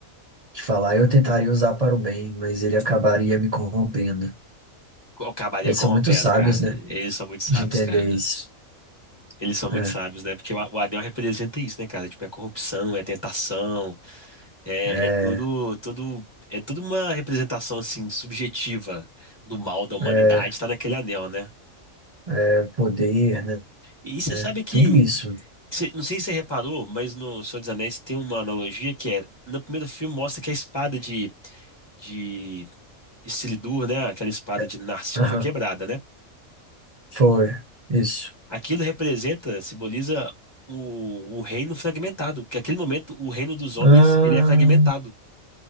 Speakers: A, on the right; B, on the left.
A: de falar, eu tentaria usar para o bem, mas ele acabaria me corrompendo.
B: acabaria
A: Eles
B: corrompendo,
A: são muito sábios,
B: cara.
A: né?
B: Eles são muito sábios,
A: De entender
B: cara.
A: isso.
B: Eles são muito
A: É,
B: sábios, né? Porque o, a- o anel representa isso, né, cara? Tipo, é corrupção, é tentação, é,
A: é,
B: é todo, todo, é toda uma representação, assim, subjetiva do mal da humanidade,
A: é,
B: tá naquele anel, né?
A: é poder, né?
B: E você
A: É,
B: sabe que,
A: tudo isso.
B: cê- não sei se você reparou, mas no Senhor dos Anéis tem uma analogia que é, no primeiro filme mostra que a espada de, de Isildur, né? Aquela espada
A: É,
B: de Narsil
A: Aham,
B: foi quebrada, né?
A: foi. Isso.
B: Aquilo representa, simboliza o, o reino fragmentado, que naquele momento o reino dos homens
A: Ah,
B: ele é fragmentado.